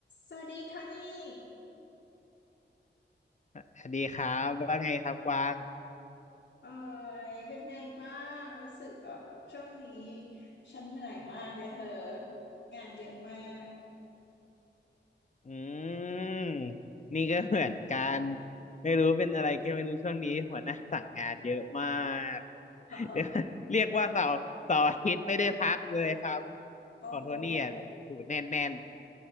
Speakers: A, on the left; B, on the left.
A: สวัสดีโทนี่
B: อ่ะสวัสดีครับว่าไงครับกวาง
A: เอ่ยเป็นไงบ้างรู้สึกแบบช่วงนี้ฉันเหนื่อยมากเลยเธองานเยอะมาก
B: อืมนี่ก็เหมือนกันไม่รู้เป็นอะไรก็ไม่รู้ช่วงนี้หัวหน้าสั่งงานเยอะมาก
A: <laughs>
B: <laughs> เรียกเรียกว่าเสาร์เสาร์อาทิตย์ไม่ได้พักเลยครับ
A: โอ้โห
B: ของโทนี่อ่ะแบบโอ้โหูแน่นแน่น